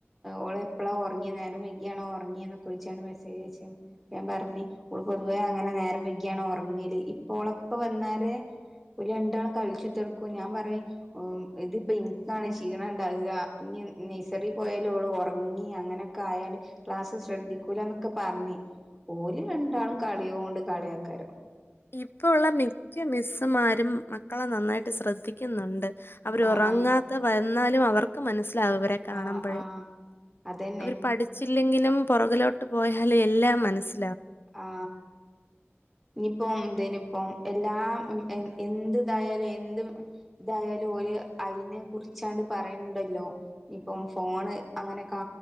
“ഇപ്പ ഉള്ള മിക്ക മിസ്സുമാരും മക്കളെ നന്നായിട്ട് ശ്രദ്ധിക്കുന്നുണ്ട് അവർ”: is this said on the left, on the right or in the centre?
Left